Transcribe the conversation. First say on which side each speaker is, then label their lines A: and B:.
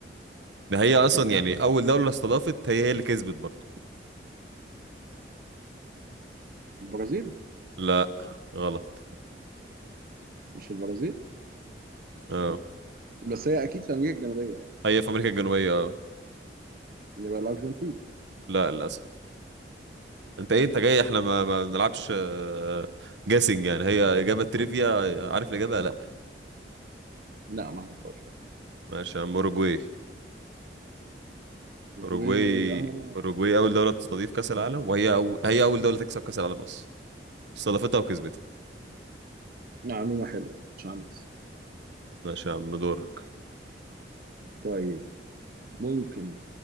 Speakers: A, on the right; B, on the right.
A: ده هي اصلا
B: ايطاليا
A: يعني اول دوله استضافت هي هي اللي كسبت برضه
B: البرازيل
A: لا غلط
B: مش البرازيل
A: اه
B: بس هي اكيد في امريكا الجنوبية يعني
A: هي في امريكا الجنوبيه اه
B: يبقى الارجنتين
A: لا للاسف انت ايه انت جاي احنا ما, ما بنلعبش آه، جاسنج يعني هي اجابه تريفيا عارف الاجابه لا
B: لا ما اعرفهاش
A: ماشي يا عم اوروجواي
B: اوروجواي
A: اوروجواي
B: اه
A: اوروجواي اول دوله تستضيف كاس العالم وهي أو... هي اول دوله تكسب كاس العالم اصلا استضافتها وكسبتها
B: معلومة حلوة ما كنتش عندي الصراحة
A: ماشي يا عم دورك
B: طيب ممكن